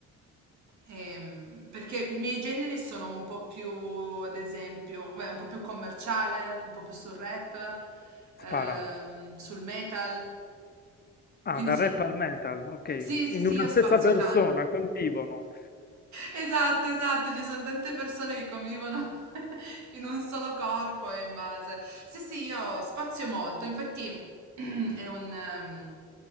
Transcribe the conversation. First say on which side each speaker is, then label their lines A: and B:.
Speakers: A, on the right; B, on the left.
A: Ehm, perché i miei generi sono un po' più, ad esempio, beh, un po' più commerciale, un po' più sul rap, ehm,
B: spara.
A: sul metal. Quindi
B: Ah, dal
A: sì,
B: rap al metal, ok,
A: sì, sì, sì,
B: in una
A: io
B: stessa
A: spazio
B: persona
A: tanto.
B: convivono.
A: Esatto, esatto, ci son tante persone che convivono <laughs> in un solo corpo e in base sì, sì, io spazio molto, infatti <clears throat> è un mhmm,